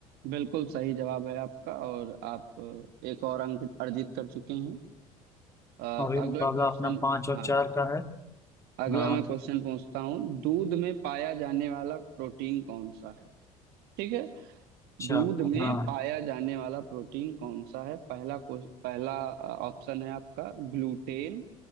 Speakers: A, on the right; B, on the left.
A: बिल्कुल सही जवाब है आपका और आप अ, एक और अंक अर्जित कर चुके हैं अ,
B: और ये मुकाबला
A: अगला क्वेश्चन
B: अपना पाँच और
A: हाँ
B: चार का है
A: अगला
B: हाँ
A: मैं क्वेश्चन पूछता हूँ दूध में पाया जाने वाला प्रोटीन कौन सा है ठीक है
B: अच्छा
A: दूध में
B: हाँ
A: पाया जाने वाला प्रोटीन कौन सा है पहला क्वेश्च- पहला ऑप्शन है आपका ग्लूटेन